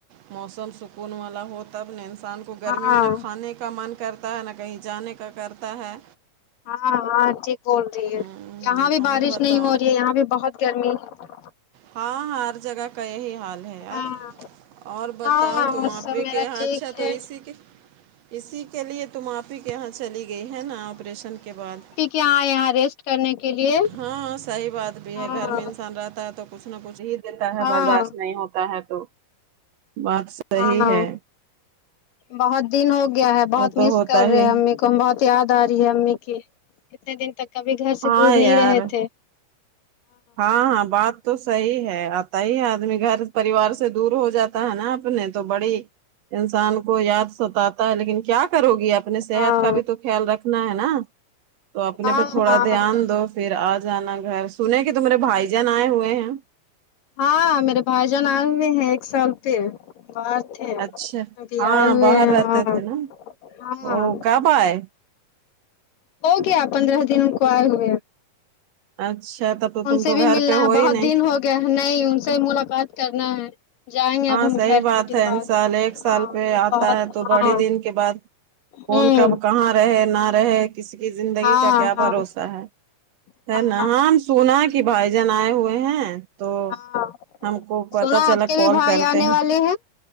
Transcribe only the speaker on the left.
ہاں
ہاں ہاں ٹھیک بول رہی
ہے یہاں بھی
بارش
نہیں ہو رہی ہے یہاں بھی بہت گرمی ہے
ہاں
ہاں
اور
سب
میرا
ٹھیک
ہے
کیا ہے یہاں ریسٹ کرنے کے لیے
ہاں
ہاں
ہاں ہاں
بہت دن ہو گیا ہے بہت
مس
کر رہے
امی کوم بہت یاد آ رہی ہے امی کی اتنے دن تک کبھی گھر سے
دور
نہیں رہے تھے
ہاں
ہاں
ہاں
ہاں میرے بھائی جان آئے ہوئے ہیں ایک سال پہ باہر تھے
ابھی
آئے ہوئے
ہیں
ہاں
ہاں
ہو گیا پندرہ دن کو آے ہوئے
ان سے
بھی
ملنا
ہے
بہت
دن ہو گیا ہے نہیں ان سے ملاقات کرنا ہے جائیں گے
اب ہم
گھر
کچھ دن
بعد
ہاں
بہت
ہاں
ہوں
ہاں
ہاں
ہاں
ہاں
سنا
آپ کے
بھی بھائی
آنے
والے